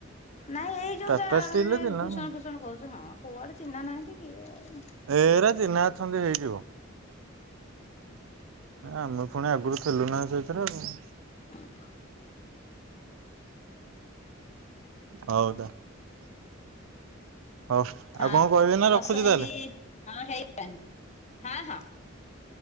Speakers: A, on the left; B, on the right.
A: ନାଇଁ ଏଇ ଯୋଉଟା
B: ଟାଟା ଷ୍ଟିଲ୍
A: ଏ
B: ଥିଲା
A: ଭୂଷଣ
B: ନା
A: ଫୂଷଣ କହୁଛୁ ହଁ କୋଉଆଡେ ଚିହ୍ନା ନାହାନ୍ତି କିଏ ଆଉ
B: ଏରା ଚିହ୍ନା ଅଛନ୍ତି ହେଇଯିବ।
A: <inaudible>
B: ଆମେ ଫୁଣି ଆଗରୁ ଥିଲୁ ନା ସେଇଥିରେ ଆଉ।
A: ଆଁ ହ।
B: ହଉଦ। ହଉ ଆଉ
A: ହଁ
B: କଣ କହିବେ ନା
A: ଦଶ
B: ରଖୁଛି
A: ମିନିଟ୍
B: ତାହେଲେ।
A: <unintelligible> ହଁ ହଁ।